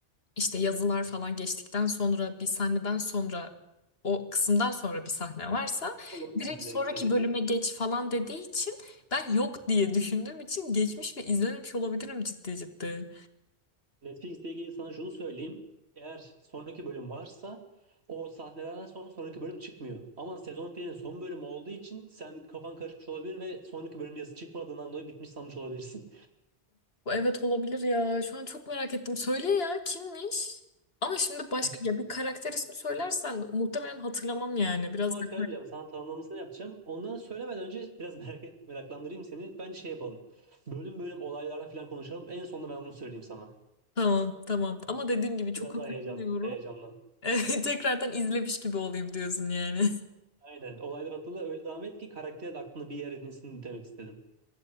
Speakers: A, on the left (about 70°); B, on the right (about 85°).
A: işte yazılar falan geçtikten sonra bir sahneden sonra o kısımdan sonra bir sahne varsa
B: <laughs> Anladım ben
A: direkt
B: sizin
A: sonraki
B: demek istediğini.
A: bölüme geç falan dediği için ben yok diye düşündüğüm için geçmiş ve izlememiş olabilirim ciddi ciddi.
B: Netflix'te ilgili sana şunu söyleyeyim. Eğer sonraki bölüm varsa o sahnelerden sonra sonraki bölüm çıkmıyor. Ama sezon filminin son bölümü olduğu için sen kafan karışmış olabilir ve sonraki bölüm yazısı çıkmadığından dolayı bitmiş sanmış olabilirsin.
A: Bu Evet olabilir ya. Şu an çok merak ettim. Söyle ya kimmiş? Ama şimdi başka
B: <laughs>
A: ya bir karakter ismi söylersen muhtemelen hatırlamam yani.
B: Kendim
A: Biraz
B: olarak
A: da
B: söylemeyeceğim. Sana tamamlamasını yapacağım. Ondan söylemeden önce biraz <laughs> merak et, meraklandırayım seni. Bence şey yapalım. Bölüm bölüm olaylardan falan konuşalım. En sonunda ben onu söyleyeyim sana.
A: Tamam tamam. Ama dediğim gibi çok
B: Biraz
A: hatırlamıyorum.
B: daha heyecan, heyecanlan.
A: <laughs> Evet Tekrardan izlemiş gibi olayım diyorsun yani.
B: Aynen. Olaylar hatırla öyle devam et ki karakter de aklında bir yer edinsin demek istedim.